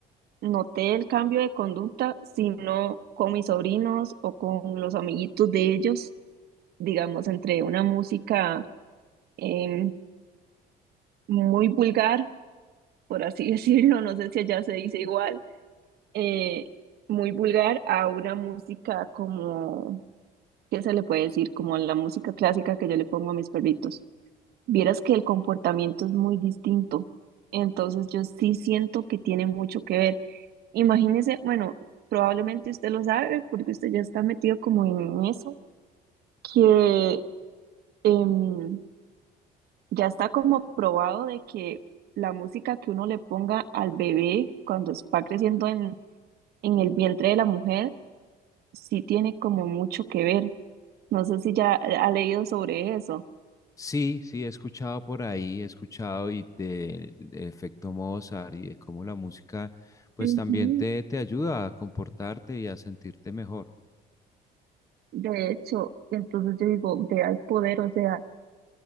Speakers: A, on the right (about 70°); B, on the left (about 20°).
A: noté el cambio de conducta, sino con mis sobrinos o con los amiguitos de ellos, digamos, entre una música em, muy vulgar, por así <laughs> decirlo, no sé si allá se dice igual, eh, muy vulgar a una música como, ¿qué se le puede decir? Como la música clásica que yo le pongo a mis perritos. Vieras que el comportamiento es muy distinto, entonces yo sí siento que tiene mucho que ver. Imagínese, bueno, probablemente usted lo sabe porque usted ya está metido como en eso, que... em, Ya está como probado de que la música que uno le ponga al bebé cuando va creciendo en, en el vientre de la mujer, sí tiene como mucho que ver. No sé si ya eh, ha leído sobre eso.
B: Sí, sí, he escuchado por ahí, he escuchado y del efecto Mozart y de cómo la música pues
A: Ujú.
B: también te, te ayuda a comportarte y a sentirte mejor,
A: De hecho, entonces yo digo, vea el poder, o sea,